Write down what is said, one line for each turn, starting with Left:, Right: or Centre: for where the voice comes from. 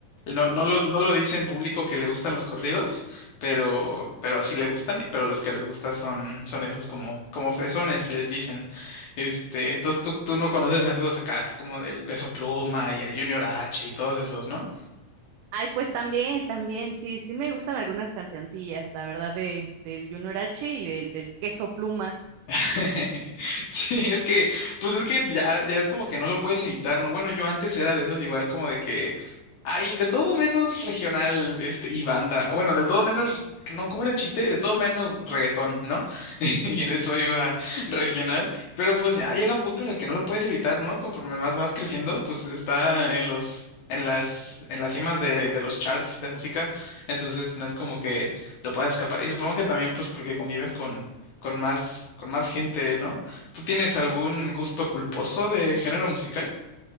Left: no, no lo, no lo dice en público que le gustan los corridos pero, pero sí le gustan, pero los que les gusta son, son esos como, como fresones, les dicen. Este, entonces tú, tú no conoces a esos acá como del Peso Pluma y el Junior H y todos esos, ¿no?
Right: Ay, pues también, también, sí, sí me gustan algunas cancioncillas, la verdad, de, del Junior H y del, del Queso Pluma.
Left: <laughs> Sí, es que, pues es que ya, ya es como que no lo puedes evitar, ¿no? Bueno, yo antes era de esos igual como de que hay de todo menos regional, este, y banda. O Bueno, de todo menos, no, ¿cómo era el chiste? De todo menos reggaetón, ¿no? <laughs> Y en eso iba regional. Pero pues ya llega un punto en el que no lo puedes evitar, ¿no? Conforme vas más creciendo, pues está en los, en las, en las cimas de, de los charts de música. Entonces no es como que lo puedas escapar. Y supongo que también, pues, porque convives con con más, con más gente, ¿no? ¿Tú tienes algún gusto culposo de género musical?